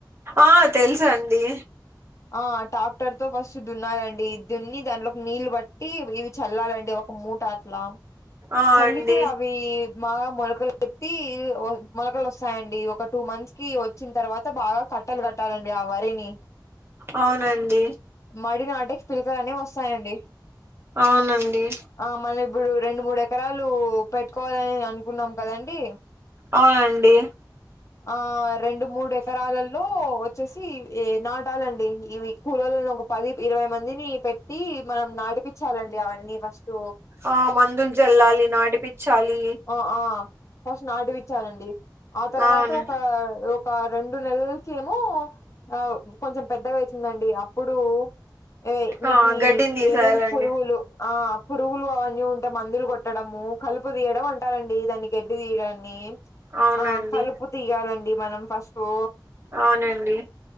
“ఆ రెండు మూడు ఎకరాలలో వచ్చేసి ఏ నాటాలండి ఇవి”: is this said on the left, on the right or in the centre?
Left